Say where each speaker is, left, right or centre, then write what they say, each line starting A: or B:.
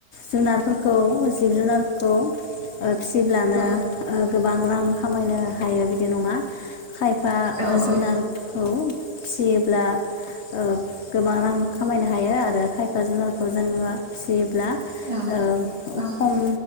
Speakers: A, on the left; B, on the right.
A: जुनारफोरखौ जिब जुनार। खौ ओ फिसिब्लानो
B: औ
A: ओ। गोबां रां खामायनो हायो बिदि नङा। खायफा
B: औ
A: ओ जुनारखौ फिसियोब्ला ओ गोबां रां खामायनो हायो आरो खायफा जुनारखौ जोङो फि ब्ला
B: औ औ
A: ओ
B: औ
A: खम